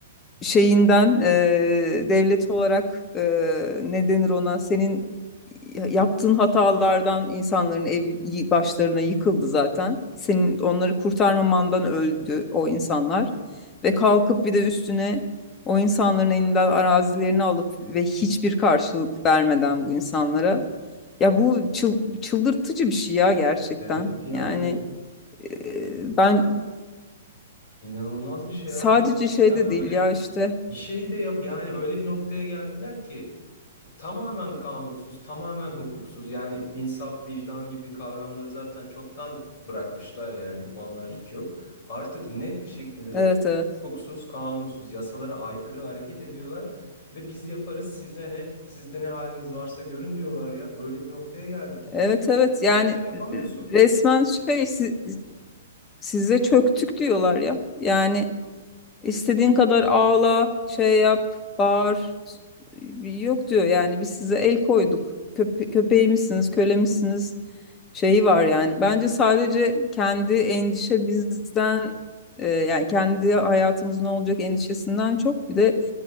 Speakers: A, on the left (about 25°); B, on the left (about 50°).
A: şeyinden e, devlet olarak e, ne denir ona? Senin yaptığın hatalardan insanların ev y- başlarına yıkıldı zaten. Senin onları kurtarmamandan öldü o insanlar. Ve kalkıp bir de üstüne o insanların elinden arazilerini alıp ve hiçbir karşılık vermeden bu insanlara. Ya bu çıl- çıldırtıcı bir şey ya gerçekten.
B: Evet yani
A: Yani e, ben
B: inanılmaz bir şey
A: sadece
B: abi gerçekten
A: şey de
B: böyle
A: değil ya işte.
B: bir şey de yap yani öyle bir noktaya geldiler ki tamamen kanunsuz tamamen hukuksuz yani insaf vicdan gibi kavramları zaten çoktan bırakmışlar yani onlar hiç yok artık net bir şekilde
A: Evet evet.
B: hukuksuz kanunsuz yasalara aykırı hareket ediyorlar ve biz yaparız size ne sizde ne haliniz varsa görün diyorlar ya böyle bir noktaya geldik
A: Evet evet. Yani
B: hiçbir şey yapamıyorsun.
A: resmen şey si- size çöktük diyorlar ya. Yani İstediğin kadar ağla, şey yap, bağır. Yok diyor yani biz size el koyduk. Köpe köpeğimizsiniz, kölemizsiniz şeyi var yani. Bence sadece kendi endişe bizden e, yani kendi hayatımızın ne olacak endişesinden çok bir de